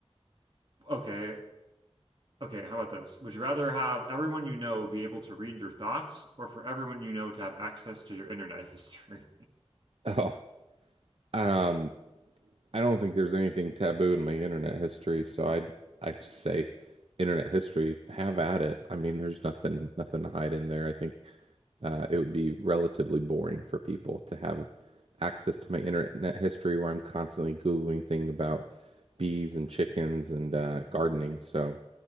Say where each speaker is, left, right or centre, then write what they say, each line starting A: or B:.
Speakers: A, on the right; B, on the right.
A: Okay. Okay, how about this? Would you rather have everyone you know be able to read your thoughts or for everyone you know to have access to your internet history?
B: <laughs> Oh, um, I don't think there's anything taboo in my internet history, so I I just say internet history, have at it. I mean, there's nothing nothing to hide in there. I think uh, it would be relatively boring for people to have access to my internet history where I'm constantly Googling things about bees and chickens and uh,
A: <laughs>
B: gardening, so